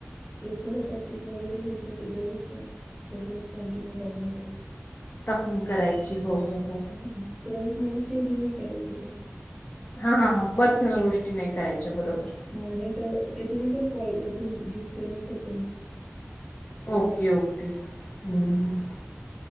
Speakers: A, in the centre; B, on the left.
A: एखादां टॉपिक वगैरे घ्यायचा त्याच्यावरच क, त्याच्यावरच कंटिन्यू टॉकींग करायची.
B: टाॅकींग करायची, हो-हो-हो.
A: हं, पर्सनल शेअरिंग नाही करायची काहीच.
B: हा-हा-हा पर्सनल गोष्टी, नाही करायच्या. बरोबर
A: हा नाही तर, त्याच्यानी पण कॉल कट होवून डिस्कनेक्ट होतो मग
B: ओके, ओके. हम्म्.